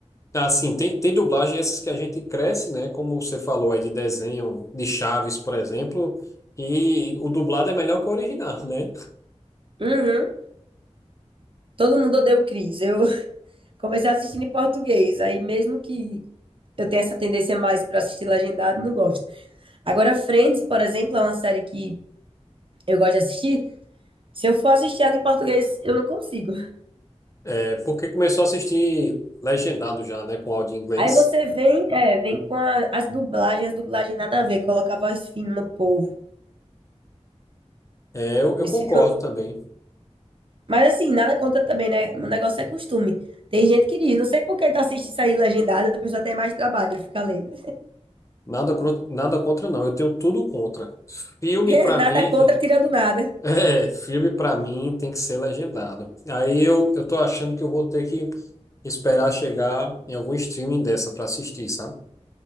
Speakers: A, on the left; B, on the right.
A: Ah, sim, tem, tem dublagem essas que a gente cresce, né? Como você falou aí de desenho de Chaves, por exemplo, e o dublado é melhor que o original, né?
B: Uhum. Todo mundo odeia o Chris. Eu <laughs> comecei assistindo em português. Aí mesmo que eu tenha essa tendência mais para assistir legendado, não gosto. Agora, Friends, por exemplo, é uma série que eu gosto de assistir. Se eu for assistir ela em português, eu não consigo.
A: É, porque começou a assistir legendado já, né? Com áudio em inglês.
B: Aí você vem, é, vem com a- as dublagens, as dublagens nada a ver, coloca a voz fina no povo.
A: É, eu, eu
B: Eles
A: concordo
B: ficam.
A: também.
B: Mas assim, nada contra também, né? O negócio é costume. Tem gente que diz, não sei por que tá assistindo isso aí legendado, a pessoa tem mais trabalho, fica lendo.
A: Nada, contra- nada contra, não. Eu tenho tudo contra. Filme,
B: <laughs>
A: pra
B: Nada
A: mim.
B: contra, tirando
A: <laughs>
B: nada.
A: É, filme, pra mim, tem que ser legendado. Aí eu, eu tô achando que eu vou ter que esperar chegar em algum streaming dessa pra assistir, sabe?